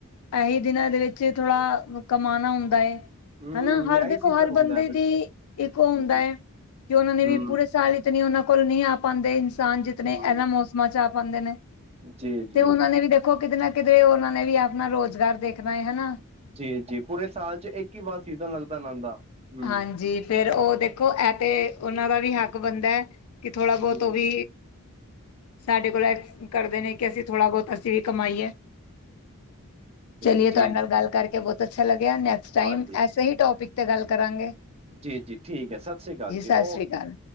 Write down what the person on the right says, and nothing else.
ਹਮ
ਇਹੀ
ਸੀਜ਼ਨ
ਹੁੰਦਾ
ਹੈ ਬਿਲਕੁਲ
ਹਮ
ਹਮ
ਹਮ
ਜੀ
ਜੀ
ਜੀ ਜੀ, ਪੂਰੇ ਸਾਲ 'ਚ ਇੱਕ ਹੀ ਵਾਰ ਸੀਜਨ ਲੱਗਦਾ ਇਹਨਾਂ ਦਾ। ਹਮ
ਹਮ
ਤੇ
ਜੀ
ਹਾਂਜੀ
ਜੀ ਜੀ ਠੀਕ ਹੈ ਸਤਿ ਸ਼੍ਰੀ ਅਕਾਲ ਜੀ
ਓਕੇ